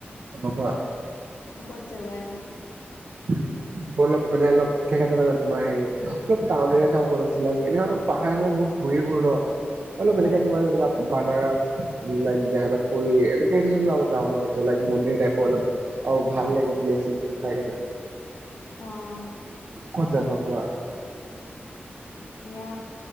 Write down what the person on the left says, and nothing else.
কত যাবা এনে
উম
উম
অঁ
এতিয়া